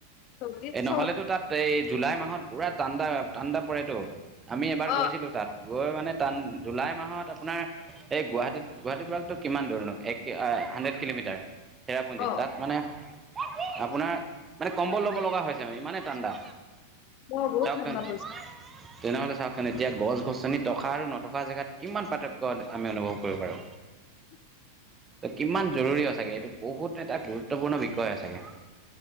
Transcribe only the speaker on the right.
এই নহ'লেতো তাত এই জুলাই মাহত পুৰা ঠাণ্ডা ঠাণ্ডা পৰেতো, আমি এবাৰ
গৈছিলো তাত। গৈ মানে টান জুলাই মাহত আপোনাৰ এই গুৱাহাটীত গুৱাহাটীৰ পৰাতো কিমান দূৰনো এক হানড্ৰেড কিলোমিটাৰ চেৰা
তাত মানে আপোনাৰ মানে কম্বল ল'ব লগা হৈছে মানে ইমানে ঠাণ্ডা।
চাওকচোন।
তেনেহ'লে চাওকচোন এতিয়া গছ-গছনি থকা আৰু নথকা জেগাত কিমান পাৰ্থক্য আমি অনুভৱ কৰিব পাৰো।
ত' কিমান জৰুৰী চাগে এইটো বহুত এটা গুৰুত্বপূৰ্ণ বিষয় হৈছেগে।